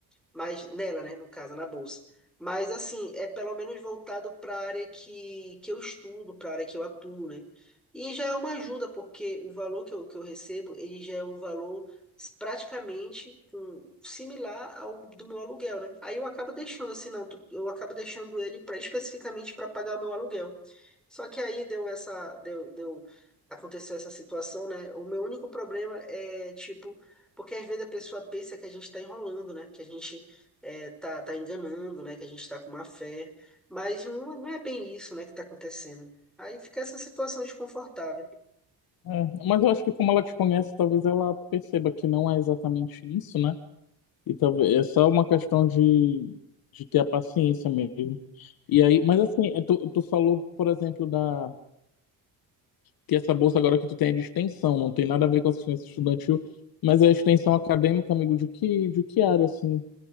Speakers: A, in the centre; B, on the left.
A: mas nela, né, no caso, na bolsa. Mas assim, é pelo menos voltado para a área que, que eu estudo, para a área que eu atuo, né? E já é uma ajuda, porque o valor que eu, que eu recebo, ele já é um valor praticamente hum, similar ao do meu aluguel, né? Aí eu acabo deixando assim, não, tu- eu acabo deixando ele pra, especificamente para pagar o meu aluguel. Só que aí deu essa, deu, deu, aconteceu essa situação, né? O meu único problema é, tipo, porque às vezes a pessoa pensa que a gente está enrolando, né? Que a gente é, tá, tá enganando, né? Que a gente tá com má fé. Mas não, não é bem isso, né, que tá acontecendo. Aí fica essa situação desconfortável.
B: É, mas eu acho que como ela te conhece, talvez ela perceba que não é exatamente isso, né? E talvez é só uma questão de, de ter a paciência mesmo. E aí, mas assim, é, tu, tu falou, por exemplo, da que essa bolsa agora que tu tem é de extensão, não tem nada a ver com assistência estudantil, mas é extensão acadêmica, amigo, de que, de que área, assim,